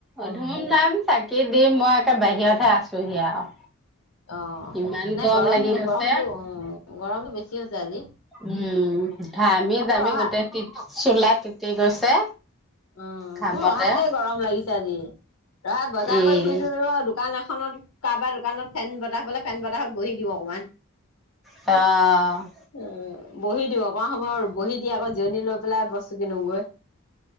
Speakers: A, in the centre; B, on the left.
A: অ'! ধুম-ধাম চা কি দি, মই একে বাহিৰতহে আছোঁহি আৰু।
B: অ'!
A: ইমান
B: নাই
A: গৰম
B: গৰম-গৰমটো
A: লাগি গৈছে।
B: উম, গৰমটো বেছি হৈছে আজি।
A: উম, ঘামি-যামি
B: মই ৰহা
A: গোটেই, তিত, চোলা তিতি গৈছে।
B: অ'!
A: ঘামতে
B: মোৰ অহাতে গৰম লাগিছে, আজি। তই বজাৰ
A: উম,
B: কৰি ফুৰিছোঁ <unintelligible> দোকান এখনত, কাৰোবাৰ দোকানত, বনাবলে ফেন বতাহত বহি দিওঁ অকমান।
A: অ'!
B: উ বহি দিওঁ অকমান সময় বহি দি আকৌ জিৰণি লৈ পেলাই বস্তু কিনোমগৈ।